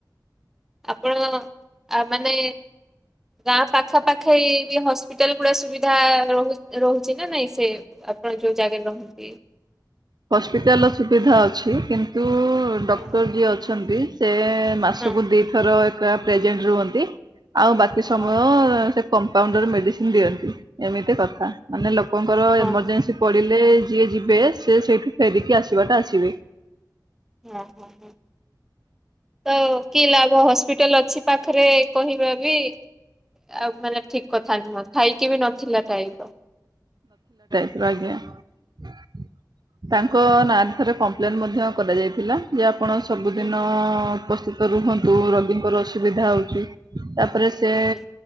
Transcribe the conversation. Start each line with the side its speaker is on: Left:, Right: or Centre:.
Centre: ଆପଣ ଆ ମାନେ ଗାଁ ପାଖା ପାଖି ବି ହସ୍ପିଟାଲ ଗୁଡା ସୁବିଧା ସୁଧା ର ରହୁଛି ନା ନାଇଁ ସେ ଆପଣ ଯୋଉ ଜାଗାରେ ରହନ୍ତି।
Right: ହସ୍ପିଟାଲ ର ସୁବିଧା ଅଛି କିନ୍ତୁ ଡକ୍ଟର
Centre: ହଁ
Right: ଯିଏ ଅଛନ୍ତି ସେ ମାସକୁ
Centre: ହଁ
Right: ଦିଥର ଏକା ପ୍ରେଜେଣ୍ଟ ରୁହନ୍ତି। ଆଉ ବାକି
Centre: ଓହୋ
Right: ସମୟ
Centre: ହଁ
Right: ସେ କ ପାଉଣ୍ଡର ମେଡ଼ିସିନ ଦିଅନ୍ତି ଏମିତି କଥା ମାନେ ଲୋକଙ୍କର ଏମର୍ଜେନ୍ସି
Centre: ହଁ। ହଁ।
Right: ପଡ଼ିଲେ ଯିଏ ଯିବେ ସେ ସେଇଠୁ ଫେରିକି ଆସିବାଟା ଆସିବେ
Centre: ଓ ହୋ ହୋ ତ କି ଲାଭ ହସ୍ପିଟାଲ୍ ଅଛି। ପାଖରେ କହିବା ବି ଆଉ ମାନେ ଠିକ କଥା ନୁହଁ ଥାଇକି ବି ନଥିଲା ଥାଇକ
Right: <unintelligible> ତାଙ୍କ ନାଁରେ ଥରେ କମ୍ପ୍ଲେନ୍ ମଧ୍ୟ କରାଯାଇଥିଲା। ଯେ ଆପଣ ସବୁଦିନ
Centre: ହୁଁ ହୁଁ
Right: ଉପସ୍ଥିତ ରୁହନ୍ତୁ ରୋଗୀଙ୍କର ଅସୁବିଧା ହଉଛି ତାପରେ ସେ
Centre: ଆଜ୍ଞା